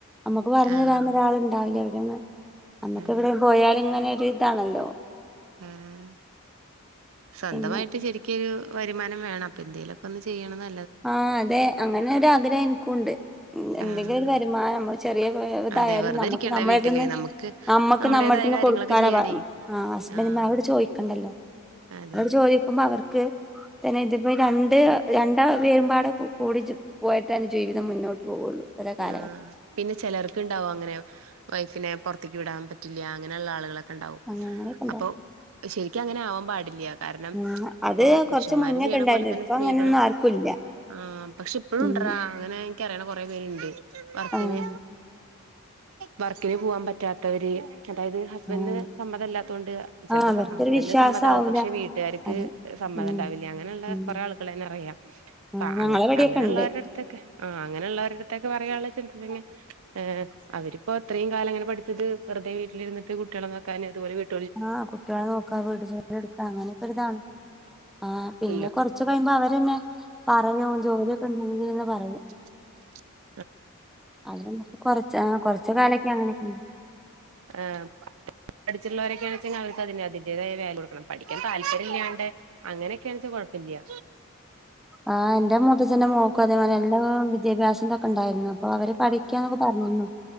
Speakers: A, in the centre; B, on the right.
A: അമ്മക്ക് പർഞ്ഞെരാനൊ
B: ആഹ്
A: രാള് ണ്ടാവില്ല എവ്ടെന്ന്. അമ്മക്ക്
B: അതെ
A: എവിടെ പോയാല് ങ്ങനൊര് താണല്ലൊ.
B: ആഹ് സ്വന്തമായിട്ട്
A: പിന്നെ
B: ശരിക്കെരു വരുമാനം വേണം. അപ്പൊ എന്തേലൊക്ക ഒന്ന് ചെയ്യണംന്ന...
A: ആഹ് അതെ. അങ്ങനെ ഒരാ ഗ്രഹം എൻക്കുണ്ട്. ഉം. എന്തെങ്കിലൊര്
B: ആഹ്
A: വരുമാനം അമ്മള് ചെറിയൊര്തായാലും തായാലും
B: അതെ വെറുതെ
A: നമുക്ക്
B: ഇരിക്കണ്ട
A: നമ്മളെട്ത്ത്ന്ന്
B: വീട്ടില് നമുക്ക്
A: നമ്മക്ക്
B: നമ്മുടേതായ
A: നമ്മടെ ട്ത്ത്ന്ന്
B: കാര്യങ്ങളൊക്കെ
A: കൊട്ക്കാനാ
B: ചെയ്യാനേ
A: ബാ ആഹ് ഹസ്ബെൻ്റ്
B: ആഹ്
A: മാരോട് ചോയിക്കണ്ടല്ലൊ.
B: അതെ
A: അവരോട് പോയിക്കുമ്പ അവർക്ക് പിന്നെ ഇത്പ്പൊ രണ്ട്, രൺ <unintelligible> വേരുമ്പാട കൂ കൂടി ചും പോയിട്ടെൻ ജീവിതം മുന്നോട്ട് പോവൊള്ളു. ഇപ്പത്തെ കാലഘട്ടത്തി...
B: ആഹ് പിന്നെ ചെലർക്ക്ണ്ടാവും അങ്ങനെ വൈഫിനെ പൊർത്ത്ക്ക് വിടാം പറ്റില്ല്യാ അങ്ങനെയുള്ള ആള്കളെ..... ക്കെണ്ടാവും.
A: അങ്ങനെയൊക്കെ ഉണ്ടാവും
B: അപ്പൊ ശരിക്കും അങ്ങനെ ആവാം പാടില്ല്യ. കാരണം
A: ആഹ് അത്
B: പ്പൊ പുരുഷന്മാര്
A: കൊറച്ച് മുന്നൊക്കെ
B: ചെയ്യണ
A: ഉണ്ടായിരുന്നു
B: പോലെ തന്നെ
A: ഇപ്പൊ
B: സ്ത്രീകളും
A: അങ്ങനെയൊന്നും ആർക്കും ഇല്ല
B: ആഹ് പക്ഷെ പ്പെഴും
A: ഉം
B: ഉണ്ട ടടാ. അങ്ങനെ ഇൻക്കറിയണ കൊറെേ പേര്ണ്ട്. വർക്കിന്
A: ആഹ്
B: വർക്ക്ന് പോവാം പറ്റാത്തവര്. അതായത് ഹസ്ബൻ്റിന്
A: ആഹ്
B: സമ്മതമല്ലാത്തോണ്ട് ചെൽപ്പൊ
A: ആഹ് അവർക്കൊരു
B: സ ഹസ്ബൻ്റിന്
A: വിശ്വാസം
B: സമ്മതാവും.
A: ആവൂല
B: പക്ഷെ വീട്ടാര്ക്ക്
A: അത്
B: സമ്മതം
A: ഉം
B: ണ്ടാവില്ല്യ. അങ്ങനെയുള്ള
A: ഉം
B: കൊറേ ആളുകൾ എന്നെ അറിയാം.
A: ആഹ്
B: പ്പ
A: ഞങ്ങളെവിടെയൊക്കെ
B: അങ്ങ അങ്ങനെള്ളവര്ടെ
A: ഉണ്ട്
B: അട്.... ത്തൊക്കെ ആഹ് അങ്ങനെയുള്ളവര്.... ത്തൊക്കെ പറയാൻള്ളെച്ചാ ത്‌തന്യാ. ഏഹ് അവരിപ്പൊ ത്രയും കാലം ങ്ങനെ പഠിച്ചത് വെറ്തെ വീട്ടിലിര്ന്ന്ട്ട് കുട്ട്യളെ നോക്കാനാ ത് <unintelligible>
A: ആഹ് കുട്ടികളെ നോക്കാ, വീട് ജോലി എടുക്കാ അങ്ങനെയൊക്കെര്താണ്. ആഹ് പിന്നെ
B: ല്ലോ
A: കൊറ്ച്ച് കഴിയുമ്പ അവരെന്നെ പറയും ജോലിയൊക്കെ ണ്ടെങ്കീന്ന് പറയും.
B: <inaudible>
A: അതെന്നെ. പ്പൊ കൊറച്ച് ആഹ് കൊറച്ച കാലൊക്കെ അങ്ങനെയൊക്കെ....
B: ആഹ് പഠിച്ചട്ടുള്ളവരൊക്കെയണ വെച്ചെങ്കിൽ അവർക്ക് അതിന്തിന്റോയാലല് കൊടുക്കണം പഠാൻ താല്പര്യമില്ലാണ്ട് അങ്ങനെയൊക്കെയാണച്ചൽ കുഴപ്പില്ല
A: ആ എന്റെ മുത്തഛ്ന്റെ മോക്കും അതേമാതിരി എല്ലും വിദ്യാഭ്യാസം തൊക്കെണ്ടായിരുന്നു അപ്പൊ അവര് പഠിക്കാന്നൊക്കെ പറഞ്ഞിരുന്നു